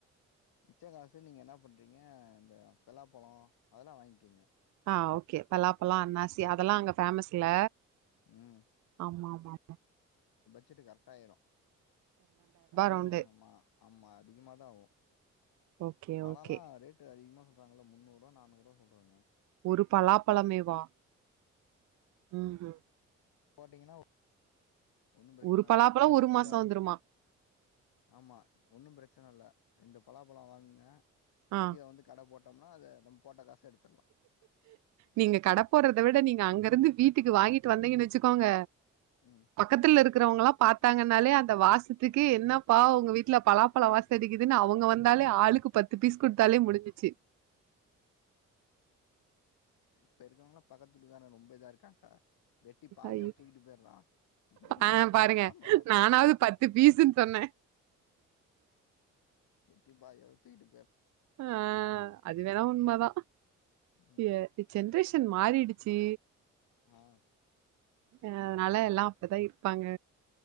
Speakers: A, on the left; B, on the right.
A: மிச்ச காசு நீங்க என்ன பண்றீங்க இந்த பெல்லாப்பழொ அதெல்லா வாங்கெங்க
B: ஆ ஓகே பலா பழொ அன்னாசி அதெல்லா
A: ம்
B: அங்க ஃபேமஸ்ல
A: ம்
B: ஆமாமாமா
A: ஜெட்டு கரெக்டாயிரு அதிகொ
B: ரவுண்டு
A: மா ஆமா அதிகமாதாவு
B: ஓகே
A: பழொல்லா
B: ஓகே
A: ரேட்டு அதிகமா சொல்றாங்கள முன்னூறுவா நானூருவா சொல்றாங்க
B: ஒரு பலாப்பழமேவா ம் ம்
A: போட்டீங்கனா ஒன்னும் ப்ரச்சன
B: ஒரு பலாப்பழோ
A: இல்ல நீங்க
B: ஒரு
A: கீழ
B: மாசோ
A: வந்து
B: வந்துருமா
A: ஆமா ஒன்னும் ப்ரச்சன இல்ல ரெண்டு பலாப்பழொ வாங்குங்க
B: ஆ
A: கீழ வந்து கட போட் பட்னா அத நம் போட்ட காசு எடு
B: நீங்க கட போட்றத விட நீங்க அங்க இருந்து வீட்டுக்கு வாங்கிட்டு வந்தீங்கன் வச்சுக்கோங்க
A: ம்
B: பக்கத்துலருக் க்கிறவங்கல்லா பாத்தாங்கன்னாலே அந்த வாசத்துக்கே என்னப்பா உங்க வீட்ல பலாப்பழ வாச அடிக்கிதுன்‌ அவுங்க வந்தாலே ஆளுக்கு பத்து பீஸ் குடுத்தாலே முடுஞ்சிச்சு
A: இப்ப இருக்கவங்ளா பக்கத்துட்டுகார ரொம்ப இதா இருக்கான்கா வெட்டி பாதியா
B: ஐயோ
A: தூக்கிட்டு போயர்றா <unintelligible>
B: ஆ பாருங்க
A: பீஸெல்லாம்‌ போட
B: நானாவது பத்து பீஸுன்னு சொன்னே
A: வெட்டி பாயோட தூயிட்டு
B: அ அது வேணா உண்மதா
A: ம்.
B: எ ஜென்ரேஷ ன் மாறிடு ச்சு
A: ஆ.
B: யதுனால எல் லா அப்டிதா இருப்பாங்க